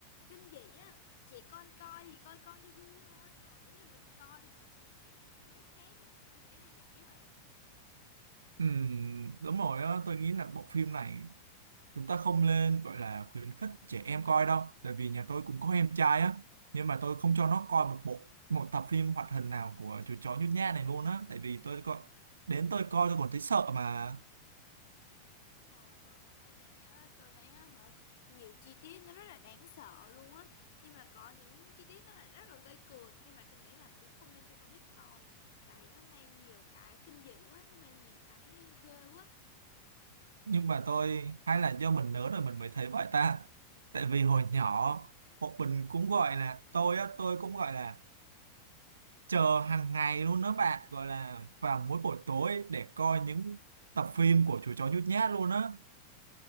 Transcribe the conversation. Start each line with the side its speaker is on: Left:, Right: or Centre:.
Left: kinh dị á trẻ con coi thì coi coi cho vui thôi còn nếu là mình coi thì mình sẽ thấy ý nghĩa khác á tôi nghĩ là vậy á bạn
Right: Ừm, đúng rồi á, tôi nghĩ là bộ phim này chúng ta không nên gọi là khuyến khích trẻ em coi đâu tại vì nhà tôi cũng có em trai á nhưng mà tôi không cho nó coi một bộ một tập phim hoạt hình nào của chú chó nhút nhát này luôn á tại vì tôi coi đến tôi coi tôi còn thấy sợ mà
Left: Đúng rồi, tôi cũng thấy vậy á, tôi thấy á, hả, nhiều chi tiết nó rất là đáng sợ luôn á, nhưng mà có những chi tiết nó là rất là gây cười, nhưng mà tôi nghĩ là cũng không nên cho con nít coi, tại nó mang nhiều cái kinh dị quá, nó mang nhiều cái ghê quá.
Right: nhưng mà tôi hay là do mình lớn rồi mình mới thấy vậy ta tại vì hồi nhỏ bọn mình cũng gọi là tôi á tôi cũng gọi là chờ hàng ngày luôn đó bạn gọi là vào mỗi buổi tối để coi những tập phim của chú chó nhút nhát luôn á